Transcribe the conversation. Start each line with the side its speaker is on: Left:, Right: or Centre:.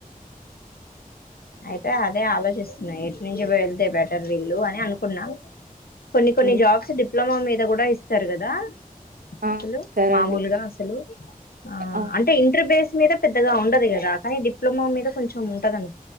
Left: అయితే అదే ఆలోచిస్తున్నా ఎటు నుంచి వెళ్తే బెటర్ వీళ్ళు అని అనుకున్నా, కొన్ని కొన్ని
Right: హ్మ్.
Left: జాబ్స్ డిప్లొమా మీద కూడా ఇస్తారు, కదా
Right: ఆ!
Left: అసలు
Right: సరే
Left: మామూలుగా
Right: అండి
Left: అసలు ఆ
Right: అవును
Left: అంటే ఇంటర్ బేస్ మీద పెద్దగా ఉండదు కదా కానీ డిప్లొమా మీద కొంచెం ఉంటదను,